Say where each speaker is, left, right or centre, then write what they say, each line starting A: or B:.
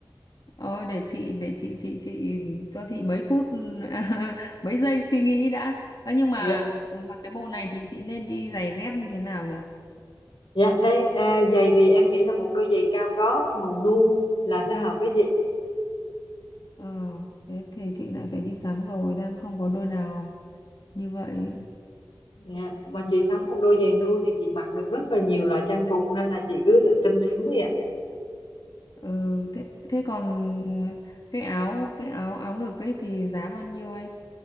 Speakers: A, on the left; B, on the left.
A: ờ, để chị để chị chị chị cho chị mấy phút <laughs> mấy giây suy nghĩ đã. Ờ, nhưng mà
B: dạ
A: mặc cái bộ này thì chị nên đi giày dép như thế nào nhỉ?
B: dạ đây à, giày thì em nghĩ là một đôi giày cao gót màu nu là sẽ hợp với chị
A: Ờ, thế thì chị lại phải đi sắm rồi, đang không có đôi nào như vậy.
B: dạ
A: Ừ.
B: mà chị sắm một đôi giày nu thì chị mặc được rất là nhiều loại trang phục nên là chị cứ tự tin sắm đi ạ
A: Ừ, thế thế còn cái áo cái áo áo ngực ấy thì giá bao nhiêu em?